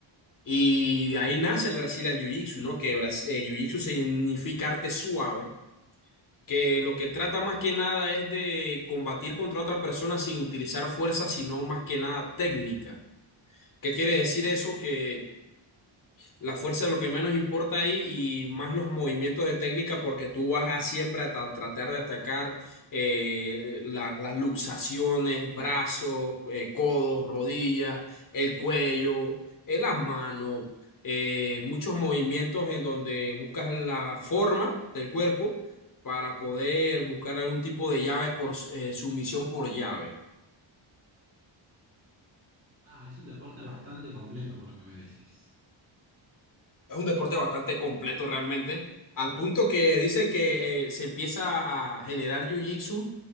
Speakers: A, on the left (about 40°); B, on the right (about 25°).
A: Y de
B: Sí,
A: ahí nace el Brazilian Jiu-Jitsu, ¿no? Que Bras- eh, Jiu-Jitsu significa arte suave, que lo que trata más que nada es de combatir contra otra persona sin utilizar fuerza, sino más que nada técnica. ¿Qué quiere decir eso? Que la fuerza es lo que menos importa ahí y más los movimientos de técnica porque tú vas a siempre a ta- tratar de atacar eh, la- las luxaciones, brazos, eh, codos, rodillas, el cuello, eh, las manos, eh, muchos movimientos en donde buscas la forma del cuerpo para poder buscar algún tipo de llave por s- eh, sumisión por llave.
B: Ah, es un deporte bastante completo por lo que me decís.
A: Es un deporte bastante completo realmente, al punto que dicen que eh, se empieza a generar jiu-jitsu